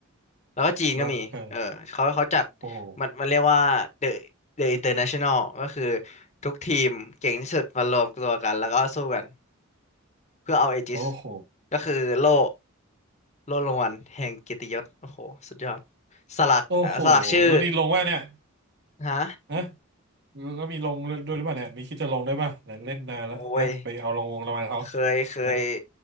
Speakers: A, on the left; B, on the right.
A: แล้วก็จีนก็มีเออเขาเขาจัด
B: เหรอเออโอ้โห
A: มันมันเรียกว่า The The International ก็คือทุกทีมเก่งที่สุดมารวมตัวกันแล้วก็สู้กันเพื่อเอาเอจิส
B: โอ้โห
A: ก็คือโล่โล่รางวัลแห่งเกียรติยศโอ้โหสุดยอดสลักเอ่อสลักชื่อ
B: โอ้โหแล้วนี่ลงว่าเนี่ย
A: ฮะ
B: ฮะแล้วมีลงด้วยหรือเปล่าเนี่ยมีคิดจะลงด้วยป่ะเนี่ยเล่นนานแล้วฮะไปเอาลงวงรางวัลเขา
A: โอ้ยเคยเคย
B: ฮะ